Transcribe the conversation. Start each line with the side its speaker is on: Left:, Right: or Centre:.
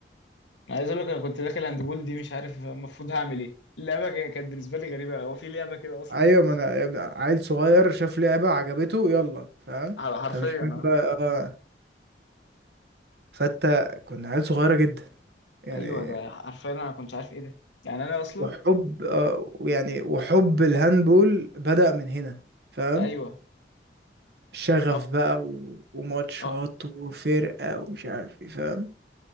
Left: انا عايز اقول لك انا كنت داخل هاندبول دي مش عارف المفروض هعمل ايه اللعبه ك- كانت بالنسبه لي غريبه هو في لعبه كده اصلا
Right: ايوه ما انا يا ابني عيل صغير شاف لعبة عجبته يلا فاهم
Left: ح- حرفيا
Right: انت مش فاهم
Left: اه
Right: بقى اه فانت كنا عيل صغيرة جدا يعني
Left: ايوه ده حرفيا انا ما كنتش عارف ايه ده يعني انا اصلا
Right: وحب اه ويعني وحب الهاندبول بدأ من هنا فاهم
Left: ايوه
Right: شغف
Left: أب...
Right: بقى و... وماتشات
Left: أ-
Right: وفرقة ومش عارف ايه فاهم